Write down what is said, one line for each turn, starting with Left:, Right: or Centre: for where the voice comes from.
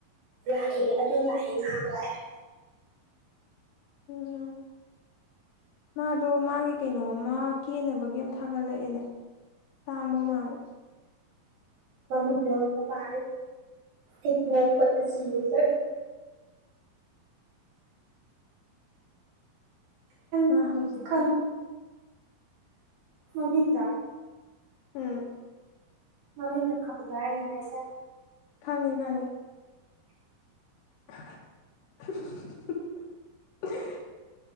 Right: ꯂꯥꯛꯑꯦ ꯑꯗꯨ ꯂꯥꯛꯑꯦ ꯉꯥꯏꯍꯥꯛ ꯂꯥꯛꯑꯦ
Left: ꯎꯝ ꯃꯥꯗꯣ ꯃꯥꯒꯤ ꯀꯩꯅꯣꯝꯃ ꯀꯦꯅꯕꯒꯤ ꯑꯝ ꯊꯥꯒꯠꯂꯛꯑꯦꯅꯦ ꯇꯥꯡꯕ ꯃꯥꯜꯂꯦ
Right: <unintelligible> ꯑꯩ ꯅꯣꯛꯄꯗ ꯁꯤꯒꯦ ꯇꯧꯋꯦ <unintelligible>
Left: ꯃꯥ ꯍꯧꯖꯤꯛꯀ
Right: ꯈꯪ ꯃꯃꯤꯡꯗ
Left: ꯎꯝ
Right: ꯃꯃꯤꯡꯗꯣ ꯈꯕ꯭ꯔ ꯑꯩꯅ ꯍꯥꯏꯁꯦ
Left: ꯈꯪꯉꯦ ꯈꯪꯉꯦ <unintelligible>